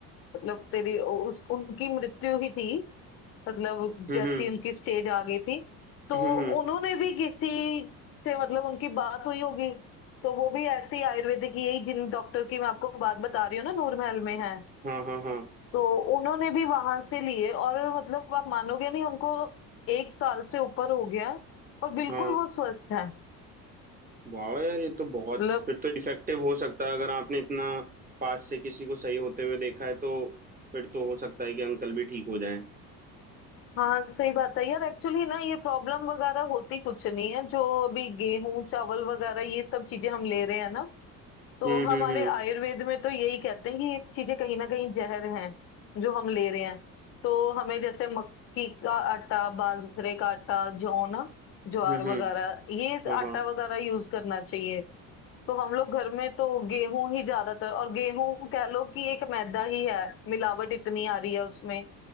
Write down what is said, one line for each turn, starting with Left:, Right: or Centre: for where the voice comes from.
Left: मतलब तेरी उस उनकी मृत्यु ही थी मतलब
Right: हम्म
Left: जैसी उनकी स्टेज आ गई थी तो
Right: हम्म हम्म
Left: उन्होंने भी किसी से मतलब उनकी बात हुई होगी तो वो भी ऐसे ही आयुर्वेदिक ही यही जिन डॉक्टर की मैं आपको बात बता रही हूँ ना नूर महल में है
Right: हाँ हाँ हाँ
Left: तो उन्होंने भी वहां से लिए और मतलब आप मानोगे नहीं उनको एक साल से ऊपर हो गया है और बिल्कुल
Right: हाँ
Left: वो स्वस्थ है
Right: वाह यार ये तो बहुत
Left: मतलब
Right: फिर तो इफेक्टिव हो सकता है अगर आपने इतना पास से किसी को सही होते हुए देखा है तो फिर तो हो सकता है कि अंकल भी ठीक हो जाएं
Left: हाँ सही बात है यार एक्चुअली ना ये प्रॉब्लम वगैरह होती कुछ नहीं है जो अभी गेहूं चावल वगैरह ये सब चीजें हम ले रहे हैं ना तो
Right: हम्म
Left: हमारे
Right: हम्म हम्म
Left: आयुर्वेद में तो यही कहते हैं कि ये चीजें कहीं ना कहीं जहर हैं जो हम ले रहे हैं तो हमें जैसे मक्की का आटा बाजरे का आटा जौ ना ज्वार
Right: हम्म हम्म,
Left: वगैरह ये
Right: हाँ
Left: आटा
Right: हाँ
Left: वगैरह यूज करना चाहिए तो हम लोग घर में तो गेहूं ही ज्यादातर और गेहूं कह लो कि एक मैदा ही है मिलावट इतनी आ रही है उसमें